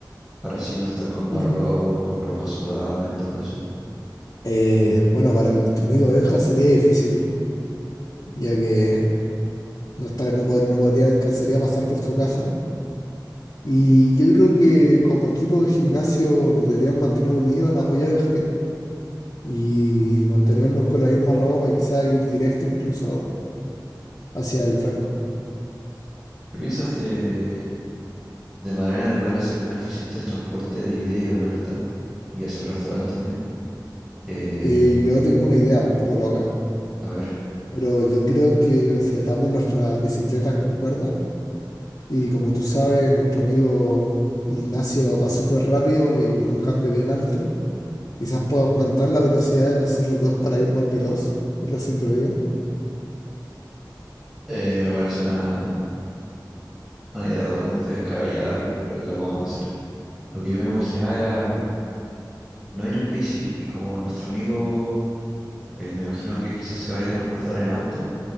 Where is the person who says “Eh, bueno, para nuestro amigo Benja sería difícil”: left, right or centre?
Left